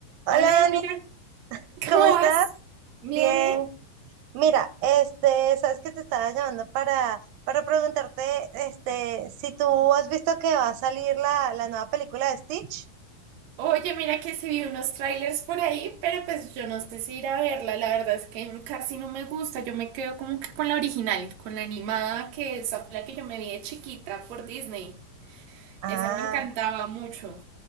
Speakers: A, on the right; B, on the right.
A: Hola
B: Hola, mira,
A: Dani,
B: ¿cómo
A: ¿cómo estás?
B: vas? Bien,
A: Bien.
B: bien.
A: Mira, este, sabes que te estaba llamando para, para preguntarte, este, si tú has visto que va a salir la, la nueva película de Stitch.
B: Oye, mira que sí vi unos trailers por ahí, pero pues yo no sé si ir a verla, la verdad es que casi no me gusta, yo me quedo como que con la original, con la animada, que esa fue la que yo me vi de chiquita por Disney,
A: Ah.
B: esa me encantaba mucho.